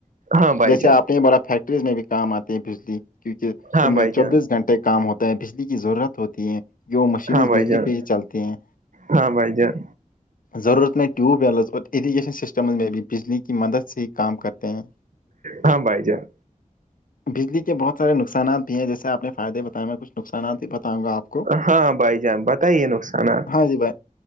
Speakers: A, on the right; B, on the left.
A: ہاں بھائی
B: جیسے
A: جان
B: آپ نے بڑا فیکٹری میں بھی کام آتی ہے بجلی کیونکہ
A: ہاں
B: ان میں
A: بھائی
B: چوبیس
A: جان
B: گھنٹے کام ہوتا ہے بجلی کی ضرورت ہوتی ہے کہ وہ مشینز
A: ہاں بھائی
B: بجلی
A: جان
B: پہ ہی چلتی ہیں
A: ہاں بھائی جان
B: ضرورت میں ٹیوب ویلز اور اریگیشن سسٹمز میں بھی بجلی کی مدد سے ہی کام کرتے ہیں
A: ہاں بھائی جان
B: بجلی کے بہت سارے نقصانات بھی ہیں جیسے آپ نے فائدے بتائے میں کچھ نقصانات بھی بتاؤں گا آپ کو
A: ہاں بھائی جان بتائیے نقصانات
B: جی بھائی